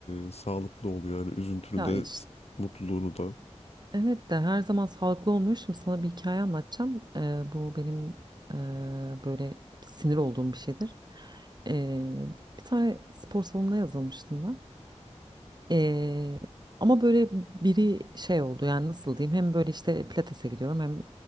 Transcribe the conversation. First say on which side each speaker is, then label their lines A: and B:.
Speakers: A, on the left; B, on the right.
A: e, sağlıklı oluyor. Yani üzüntünü
B: Ya
A: de
B: işte,
A: s- mutluluğunu da.
B: evet de her zaman sağlıklı olmuyor. Şimdi sana bir hikaye anlatacağım. Ee, bu benim e, böyle sinir olduğum bir şeydir. Ee, bir tane spor salonuna yazılmıştım ben. Ee, ama böyle biri şey oldu yani nasıl diyeyim hem böyle işte pilatese gidiyorum hem